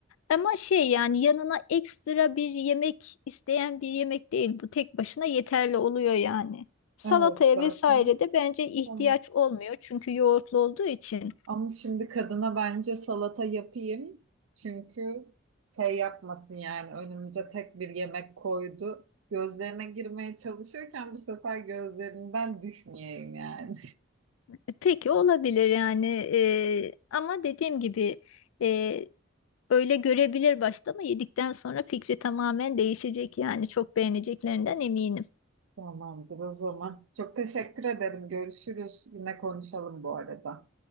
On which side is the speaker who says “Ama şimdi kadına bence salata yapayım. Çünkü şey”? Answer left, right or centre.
Right